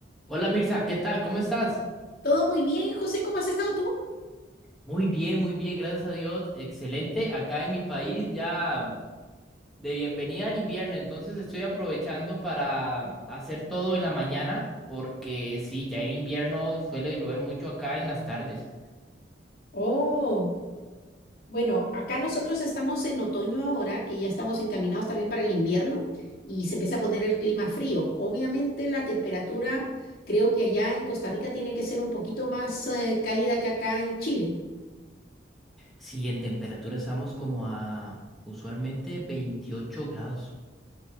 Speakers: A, in the centre; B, on the left (about 50°).
A: Hola Mirza, ¿qué tal? ¿Cómo estás?
B: Todo muy bien, José, ¿cómo has estado tú?
A: Muy bien, muy bien, gracias a Dios. Excelente. Acá en mi país ya de bienvenida al invierno, entonces estoy aprovechando para hacer todo en la mañana porque sí, ya en invierno suele llover mucho acá en las tardes.
B: Oh, bueno, acá nosotros estamos en otoño ahora, que ya estamos encaminados también para el invierno y se empieza a poner el clima frío. Obviamente la temperatura, creo que allá en Costa Rica tiene que ser un poquito más eh, cálida que acá en Chile.
A: Sí, en temperatura estamos como a usualmente 28 grados,